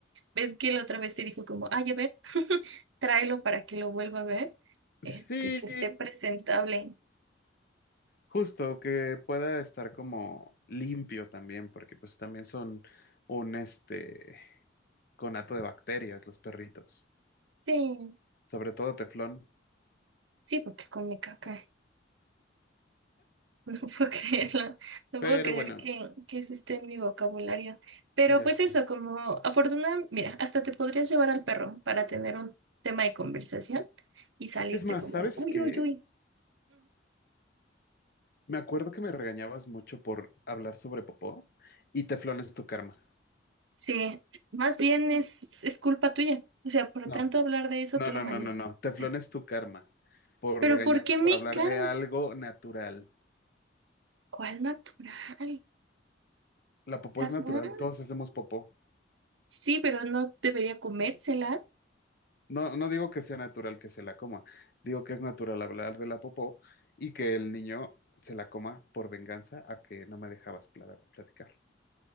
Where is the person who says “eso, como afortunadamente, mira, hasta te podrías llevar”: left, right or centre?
Right